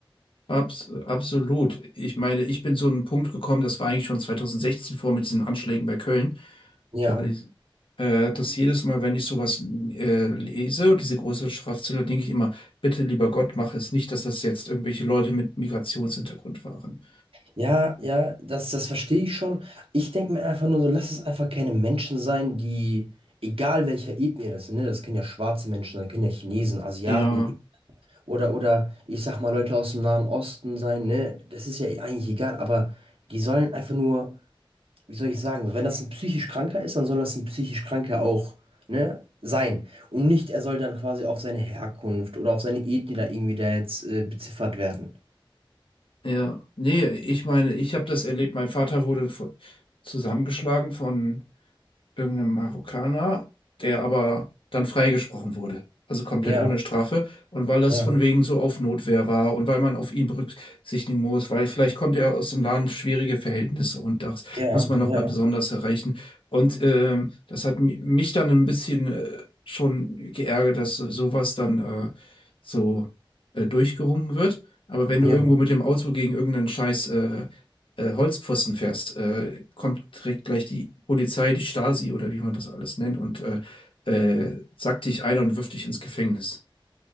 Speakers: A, on the left; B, on the right.
A: abs absolut. Ich meine, ich bin zu einem Punkt gekommen, das war eigentlich schon 2016 vor mit diesen Anschlägen bei Köln.
B: Ja.
A: Und ich, äh, dass jedes Mal, wenn ich sowas äh, lese, diese große Schriftzelle, denke ich immer, bitte lieber Gott, mach es nicht, dass das jetzt irgendwelche Leute mit Migrationshintergrund waren.
B: Ja, ja, das, das verstehe ich schon. Ich denke mir einfach nur so, lass es einfach keine Menschen sein, die, egal welcher Ethnie das sind, ne, das können ja schwarze Menschen sein, können ja Chinesen, Asiaten
A: Ja,
B: oder, oder ich sag mal Leute aus dem Nahen Osten sein, ne, das ist ja eigentlich egal, aber die sollen einfach nur, wie soll ich sagen, wenn das ein psychisch Kranker ist, dann soll das ein psychisch Kranker auch, ne, sein. Und nicht, er soll dann quasi auf seine Herkunft oder auf seine Ethnie da irgendwie da jetzt äh, beziffert werden.
A: ja. Nee, ich meine, ich habe das erlebt, mein Vater wurde vo- zusammengeschlagen von irgendeinem Marokkaner, der aber dann freigesprochen wurde. Also komplett
B: Ja,
A: ohne Strafe. Und weil das
B: ja,
A: von wegen so auf Notwehr war und weil man auf ihn berücksichtigen muss, weil vielleicht kommt er aus dem Land schwierige Verhältnisse und das
B: ja,
A: muss man nochmal
B: ja,
A: besonders erreichen. Und ähm, das hat mi- mich dann ein bisschen äh, schon geärgert, dass so- sowas dann äh, so äh, durchgewunken wird. Aber wenn
B: ja.
A: du irgendwo mit dem Auto gegen irgendeinen Scheiß äh, äh, Holzpfosten fährst, äh, kommt direkt gleich die Polizei, die Stasi oder wie man das alles nennt und äh, äh, sackt dich ein und wirft dich ins Gefängnis.